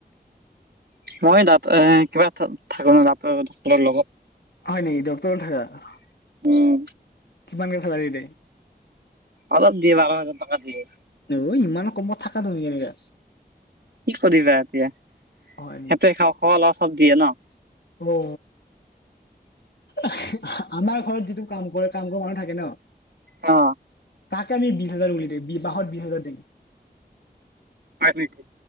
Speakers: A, on the right (about 75°); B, on the left (about 80°).
A: মই দ এ কিবা থাকো ন দাত ডাক্তৰৰ লগত।
B: হয় নেকি ডক্তৰটৰ ন থাকা।
A: উম।
B: কিমান কে চেলাৰী দেই।
A: অলপ দিয়ে বাৰ হাজাৰ টকা দিয়ে।
B: অ ইমান কমত থাকা তুমি কেনেকা।
A: কি কৰিবা এতিয়া সিহঁতে
B: হয়
A: খাওঁ খল চব দিয়ে ন।
B: উ আমাৰ ঘৰত যিটো কাম কৰে কাম কৰ মানুহ থাকে ন।
A: অ
B: তাকে আমি বিশ হাজাৰ বুলি দি বাহত বিশ হাজাৰ দিও।
A: হয়নেকি?